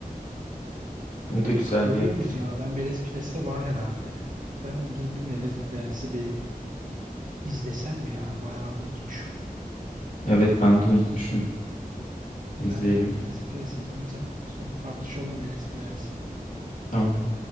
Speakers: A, on the left (about 60°); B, on the right (about 60°).
A: O da güzel
B: Görüyor
A: bir yaratık.
B: muyuz ya? Ben Melez Prens'te var herhalde. Ben gidip bir Melez Prens'i bir izlesem mi ya? Bayağı unutmuşum.
A: Evet ben de unutmuşum. İzleyelim.
B: Ben bir Melez Prens'i izleyeceğim. Sonra tartışalım Melez Prens'i.
A: Tamam.